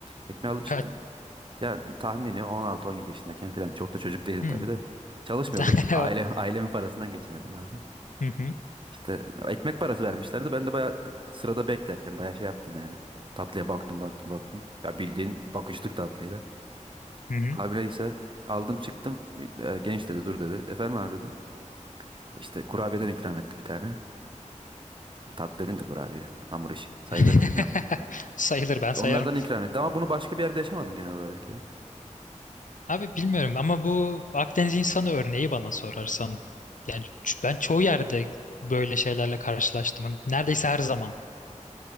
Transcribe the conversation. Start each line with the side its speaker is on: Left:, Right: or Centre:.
Right: Ekmeği aldım çıktım.
Left: Kaç?
Right: Ya tahmini 16-17 yaşındayken falan. Çok da çocuk değilim
Left: Hmm.
Right: tabii de. Çalışmıyordum.
Left: <laughs>
Right: Aile, ailemin parasından geçiniyordum abi.
Left: Hı hı.
Right: İşte ekmek parası vermişlerdi. Ben de bayağı sırada beklerken bayağı şey yaptım yani. Tatlıya baktım baktım baktım. Ya bildiğin bakıştık tatlıyla.
Left: Hı hı.
Right: Abi neyse aldım çıktım. E, Genç dedi dur dedi. Efendim abi dedim. İşte kurabiyeden ikram etti bir tane. Tatlı dedim de kurabiye. Hamur işi. Sayılır
Left: <laughs>
Right: mı bilmiyorum.
Left: Sayılır ben sayarım.
Right: Onlardan ikram etti ama bunu başka bir yerde yaşamadım genel olarak ya.
Left: Abi bilmiyorum ama bu Akdeniz insanı örneği bana sorarsan. Yani ç- ben çoğu yerde böyle şeylerle karşılaştım. Neredeyse her zaman.